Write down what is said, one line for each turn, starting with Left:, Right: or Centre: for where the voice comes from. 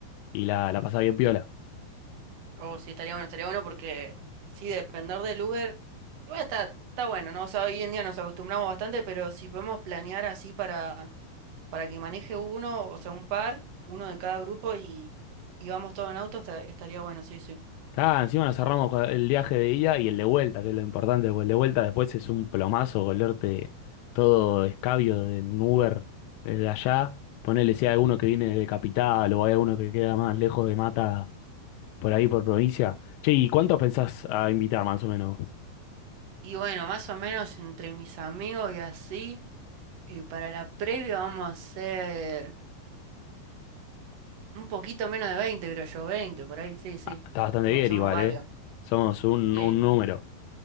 Left: y la, la pasada bien piola.
Right: Oh, sí, estaría bueno, estaría bueno porque sí, depender del Uber, igual está, está bueno, ¿no? O sea, hoy en día nos acostumbramos bastante, pero si podemos planear así para, para que maneje uno, o sea, un par, uno de cada grupo y, y vamos todos en auto, esta- estaría bueno, sí, sí.
Left: Ah, encima nos cerramos con el viaje de ida y el de vuelta, que es lo importante, porque el de vuelta después es un plomazo volverte todo escabio de en Uber desde allá. Ponele si hay alguno que viene de Capital o hay alguno que queda más lejos de Mata por ahí por provincia. Che, ¿y cuántos pensás a invitar más o menos?
Right: Y bueno, más o menos entre mis amigos y así, eh, para la previa vamos a hacer un poquito menos de 20 creo yo, 20 por ahí, sí, sí.
Left: Ah, está bastante
Right: Somos
Left: bien
Right: somos
Left: igual,
Right: varios.
Left: ¿eh? Somos un,
Right: Sí.
Left: un número.